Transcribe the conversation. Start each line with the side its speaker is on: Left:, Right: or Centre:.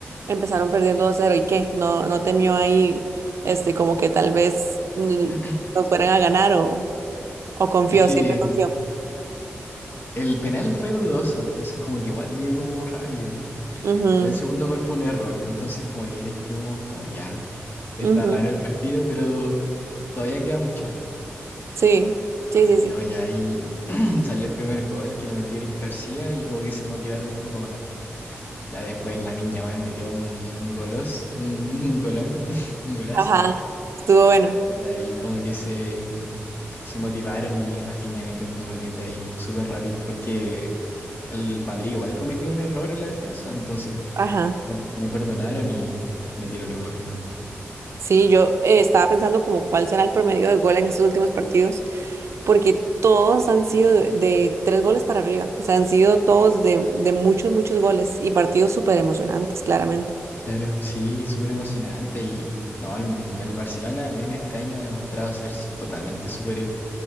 Right: Empezaron perdiendo 2 cero y qué, no, no temió ahí, este, como que tal vez mm,
Left: <clears throat>
Right: nos fueran a ganar o, o confió,
Left: Es que
Right: siempre confió.
Left: el penal fue dudoso, entonces como que igual dio como rabia.
Right: Ujú,
Left: Ya el segundo gol fue un error, entonces como ahí dijimos como ya, está
Right: ujú,
Left: raro el partido, pero todavía queda mucho.
Right: Sí, sí, sí,
Left: Y
Right: sí.
Left: no, ya ahí <clears throat> salió el primer gol que lo metió Eric García y como que se motivaron un poco más. Ya después Lamine Yamal metió un, un golos, un, un golón, <laughs> un golazo.
Right: Ajá, estuvo bueno.
Left: Y ahí como que se, se motivaron y Rafinha metió un doblete ahí súper rápido, porque el Madrid igual cometió un error en la defensa, entonces
Right: Ajá.
Left: no, no perdonaron y metieron los goles nomás.
Right: Sí, yo eh, estaba pensando como cuál será el promedio de gol en estos últimos partidos, porque todos han sido de, de tres goles para arriba, o sea, han sido todos de, de muchos, muchos goles y partidos súper emocionantes, claramente.
Left: Claro, sí, súper emocionante y no, el, el Barcelona al menos este año ha demostrado ser s- totalmente superior.